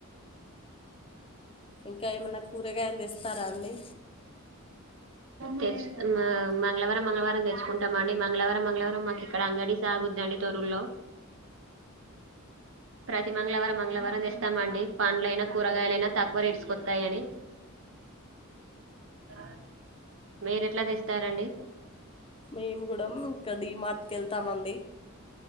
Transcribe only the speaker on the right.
తెచ్చు అమ్మ మంగళవారం మంగళవారం మంగళవారం తెచ్చుకుంటామండి మంగళవారం మంగళవారం మ ఇక్కడ అంగడి సాగుద్దండి తొర్రర్ లో, ప్రతి మంగళవారం మంగళవారం తెస్తామండి పండ్లనా కూరగాయలైనా వెరైడష్కతయే అని ఆ మీరు ఎట్లా తెస్తారండి